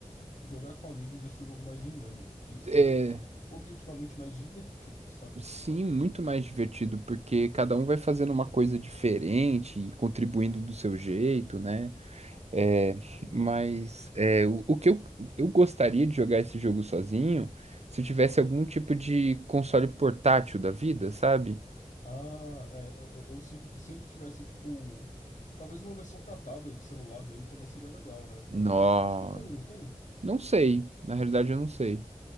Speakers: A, on the left; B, on the right.
A: Jogar com amigos deixa o jogo mais dinâmico. Ele fica
B: é,
A: objetivamente mais divertido, saca?
B: sim, muito mais divertido, porque cada um vai fazendo uma coisa diferente e contribuindo do seu jeito, né? É, <laughs>
A: Uhum.
B: mas é, o, o que eu, eu gostaria de jogar esse jogo sozinho, se eu tivesse algum tipo de console portátil da vida, sabe?
A: Ah, é, eu, eu- eu sinto que se ele tivesse, tipo, talvez uma versão pra tablet, celular dele também seria legal, né?
B: Nó,
A: Apesar de que eu acho que tem, não tem?
B: não sei, na realidade eu não sei.